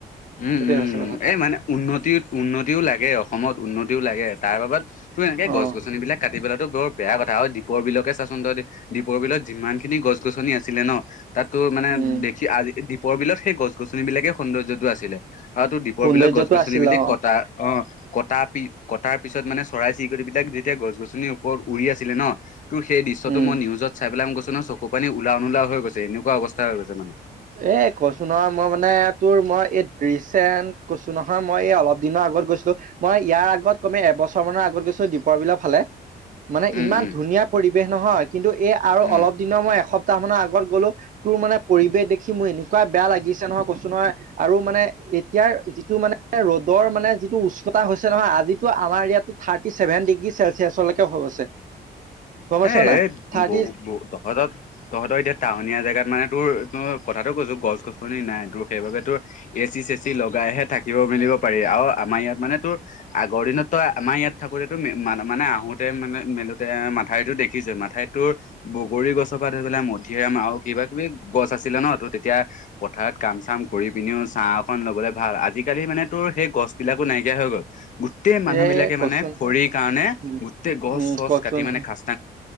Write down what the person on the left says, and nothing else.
উম,
উম,
এই মানে উন্নতি উন্ন <unintelligible> লাগে অসমত উন্নতিও লাগে তাৰ বাবাত এনেকে
গছ গছনি বিলাক কাটি সেইবিলাকটো বৰ বেয়া কথা হয় দীপৰ বিলকে চাচোন তই দীপৰ বিলত যিমান খিনি গছ গছনি আছিলে ন' তাত তোৰ মানে
দেখি আজি দ্বীপৰ বিলত সেই গছ গছনি বিলাকে সৌন্দৰ্যটো আছিলে। অ' তোৰ দ্বীপৰ
বিলাক গছ গছনিব
কটা অ'। কটা কটাৰ পিছত মানে চৰাই চিৰিকটি বিলাক যেতিয়া গছ গছনিৰ ওপৰত উৰি আছিলে ন তোৰ সেই দৃশ্যটো
মই নিউজত চাই পেলাই মই কৈছো নহয় চকু পানী ওলাও নোলাও হৈ গৈছে এনেকুৱা অৱস্থা হৈ গৈছে মানে
উম,
উম,
উম।
এ
এ
বহু বহ তহঁতৰ তহঁতৰ এতিয়া টাউনীয়া জেগাত মানে তোৰ কথাটো কৈছো গছ গছনি নাই তোৰ সেইবাবে তোৰ এ চি চে চি লগাইহে থাকিব মেলিব পাৰি আৰু আমাৰ ইয়াত মানে তোৰ আগৰ দিনতই আমাৰ ইয়াত থাকোতে তোন মানে আহো তে মানে মেলোতে মাথাইতো দেখিছে মাথাই তোৰ বগৰী গছৰ পৰা ধৈ পেলাই মধিৰাম আৰু কিবা কিবি গছ আছিলে ন তোৰ তেতিয়া পথাৰত কাম চাম কৰি পিনিও ছা এখন ল'বলে ভাল আজিকালি মানে তোৰ সেই গছবিলাকো নাইকিয়া হৈ গ'ল। গোটেই মানুহ
বিলাকে
মানে খৰিৰ কাৰণে
গোটেই গছ
চছ
কাটি মানে খ